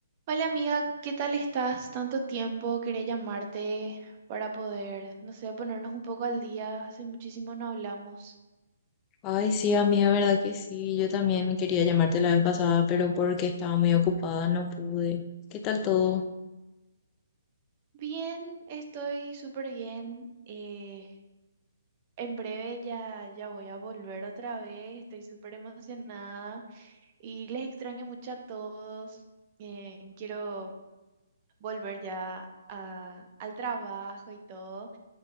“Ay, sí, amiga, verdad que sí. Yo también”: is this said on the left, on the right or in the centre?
Left